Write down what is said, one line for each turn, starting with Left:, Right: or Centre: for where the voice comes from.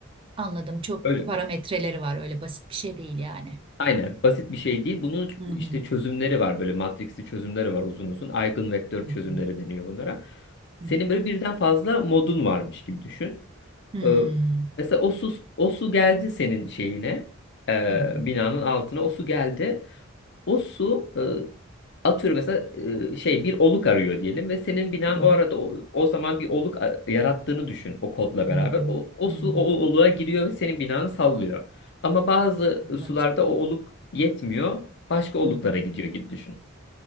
Right: Anladım. Çok
Left: Öyle.
Right: parametreleri var. Öyle basit bir şey değil yani.
Left: Aynen basit bir şey değil. Bunun
Right: Hı hı.
Left: işte çözümleri var böyle matrixli çözümleri var uzun uzun. Eigenvektör
Right: Hı hı.
Left: çözümleri deniyor bunlara.
Right: Hı
Left: Senin
Right: hı.
Left: böyle birden fazla modun varmış gibi düşün.
Right: Hmm,
Left: Ee, mesela o su, o su geldi senin şeyine e,
Right: hı hı.
Left: binanın altına o su geldi. O su e, atıyorum mesela e, şey bir oluk arıyor diyelim ve senin binan
Right: Hı hı.
Left: o arada o, o zaman bir oluk a- yarattığını düşün o kodla
Right: Hı hı.
Left: beraber. O, o
Right: Hı
Left: su
Right: hı.
Left: o o oluğa giriyor ve senin binanı sallıyor. Ama bazı
Right: Anladım.
Left: sularda o oluk yetmiyor, başka oluklara
Right: Hı hı.
Left: gidiyor gibi düşün.